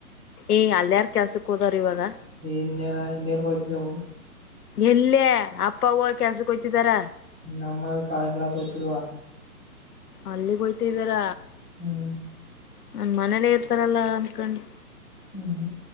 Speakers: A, on the left (about 75°); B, in the centre.
A: ಏ ಅಲ್ಯಾರ್ ಕೆಲ್ಸಕ್ ಹೋದವ್ರ್ ಇವಾಗ.
B: ಇನ್ನ ಇನ್ನೇನು ಬಯತ <inaudible> <unintelligible>
A: ಎಲ್ಲೆ ಅಪ್ಪ -ಅವ್ವ ಕೆಲ್ಸಕ್ಕ ಹೊಯ್ತಿದಾರ
B: ನಮ್ಮ ಕಾಳ ಕಕೋ್ತಿಲ್ವಾ <unintelligible>
A: ಅಲ್ಲಿಗೆೋಯ್ತಿದ್ದಾರ
B: ಹ್ಮ್
A: ನನ್ ಮನೇಲ್ಲೇ ಇರ್ತಾರಲ್ಲ. ಫಂಡ <inaudible>
B: ಹ್ಮ್, ಹ್ಮ್